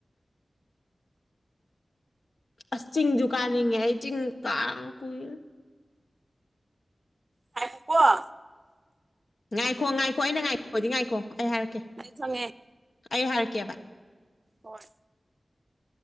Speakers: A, on the left; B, on the right.
A: ꯑꯁ ꯆꯤꯡꯤꯡ ꯨꯀꯥꯅꯤ ꯆꯤꯡ ꯀꯥ ꯀꯏ
B: ꯍꯥꯏꯀꯋꯥ
A: ꯉꯥꯏꯈꯣ ꯉꯥꯏꯈꯣ ꯑꯩꯅ ꯉꯥꯏꯈꯣꯗꯤ ꯉꯥꯏꯈꯣ ꯑꯩ ꯍꯥꯏꯔꯛꯀꯦ
B: ꯑꯩ ꯈꯪꯉꯦ
A: ꯑꯩ ꯍꯥꯏꯔꯛꯀꯦꯕ
B: ꯍꯣꯏ